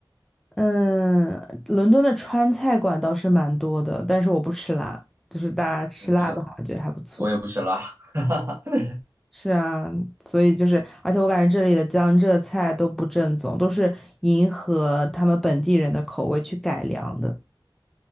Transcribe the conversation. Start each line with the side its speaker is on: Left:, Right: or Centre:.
Centre: 嗯，伦敦的川菜馆倒是蛮多的，但是我不吃辣，就是大家吃辣的话，
Right: 我也不吃了，
Centre: 觉得还不错。
Right: 我也不吃辣。<laughs>
Centre: 是啊，所以就是，而且我感觉这里的江浙菜都不正宗，都是迎合他们本地人的口味去改良的，